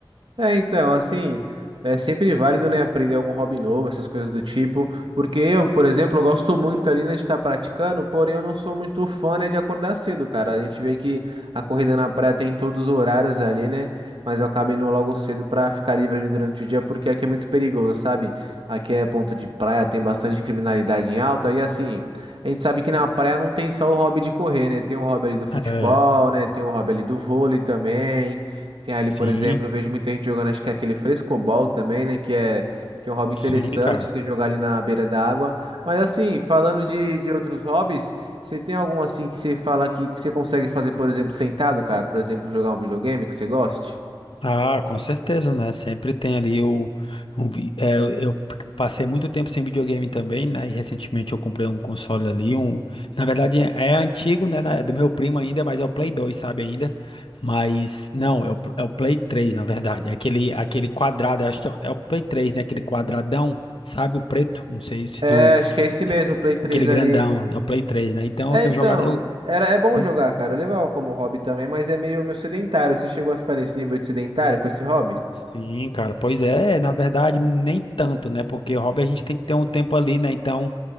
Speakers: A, on the right; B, on the left.
A: É, então, assim, é sempre válido, né, aprender algum hobby novo, essas coisas do tipo, porque eu, por exemplo, eu gosto muito ali, né, de estar praticando, porém eu não sou muito fã, né, de acordar cedo, cara. A gente vê que a corrida na praia tem em todos os horários ali, né, mas eu acabo indo logo cedo pra ficar livre ali durante o dia, porque aqui é muito perigoso, sabe? Aqui é ponto de praia, tem bastante criminalidade em alta, e assim, a gente sabe que na praia não tem só o hobby de correr, né, tem o hobby ali do futebol,
B: É,
A: né, tem o hobby ali do vôlei também. Tem ali, por
B: sim,
A: exemplo, eu vejo muita gente jogando, acho que é aquele frescobol também, né? Que é, que é um hobby interessante,
B: sim, cara.
A: você jogar ali na beira da água. Mas assim, falando de, de outros hobbies, você tem algum assim que você fala que, que você consegue fazer, por exemplo, sentado, cara? Por exemplo, jogar um videogame que você goste?
B: Ah, com certeza, né? Sempre tem ali o. um vi- é, eu passei muito tempo sem videogame também, né? E recentemente eu comprei um console ali, um. Na verdade é é antigo, né? na- É do meu primo ainda, mas é o Play 2, sabe ainda? Mas não, é o, é o Play 3, na verdade. É Aquele, aquele quadrado, acho que é o Play 3, né? Aquele quadradão, sabe? O preto. Não sei se
A: É,
B: tu.
A: acho que é esse mesmo, o Play 3
B: Aquele
A: ali.
B: grandão, é o Play 3, né? Então
A: É,
B: eu tenho
A: então,
B: jogado. Eu,
A: era, é bom
B: eu-
A: jogar, cara. Eu levava como hobby também, mas é meio, meio sedentário. Você chegou a ficar nesse nível de sedentário com esse hobby?
B: Sim, cara, pois é, na verdade, nem tanto, né? Porque hobby a gente tem que ter um tempo ali, né? Então,